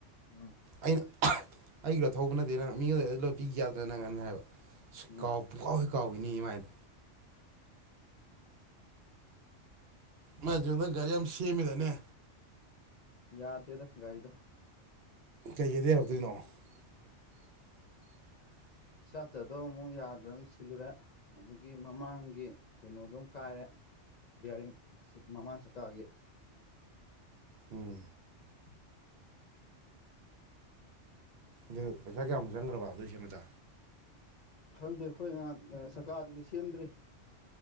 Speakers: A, on the left (about 55°); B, on the right (about 60°).
A: ꯎꯝ
B: ꯑꯩꯅ ꯑꯩꯒꯤꯗ ꯊꯧꯕ ꯅꯠꯇꯦ ꯅꯪ ꯃꯤꯒꯥ ꯂꯩꯔꯗꯤ ꯂꯣꯏ ꯄꯤ ꯌꯥꯗ꯭ꯔ ꯅꯪ ꯍꯥꯏꯅꯥ ꯍꯥꯏꯕ
A: ꯎꯝ
B: ꯀꯥꯎ ꯄꯨꯡ ꯀꯥꯎ ꯍꯦ ꯀꯥꯎꯏꯅꯤ ꯃꯥ ꯍꯥꯏꯅꯦ ꯃꯥꯏ ꯄꯦꯝꯃꯥ ꯒꯥꯔꯤ ꯌꯥꯝ ꯁꯦꯝꯃꯦꯗꯥꯏꯅꯦ
A: ꯌꯥꯗꯦꯗ ꯒꯥꯔꯤꯗꯣ
B: ꯀꯩꯀꯩꯗ ꯌꯥꯔꯛꯇꯣꯏꯅꯣ <inaudible>
A: ꯁꯥꯇ꯭ꯔꯗꯣ ꯑꯃꯨꯛ ꯌꯥꯗꯗꯅ ꯁꯤꯜꯂꯨꯔꯦ ꯑꯗꯒꯤ ꯃꯃꯥꯡꯒꯤ ꯀꯩꯅꯣꯗꯨꯝ ꯀꯥꯏꯔꯦ ꯕꯤꯌꯥꯔꯤꯡ ꯃꯃꯥꯡ ꯆꯀꯥꯒꯤ
B: ꯎꯝ
A: <inaudible>
B: ꯑꯗꯨ ꯄꯩꯁꯥ ꯀꯌꯥꯃꯨꯛ ꯆꯪꯈ꯭ꯔꯕ ꯑꯗꯨꯏ ꯁꯦꯝꯕꯥꯗ
A: ꯈꯪꯗꯦ ꯑꯩꯈꯣꯏꯅꯍꯥꯟ ꯁꯔꯀꯥꯔꯗꯨꯗꯤ ꯁꯦꯝꯗ꯭ꯔꯤ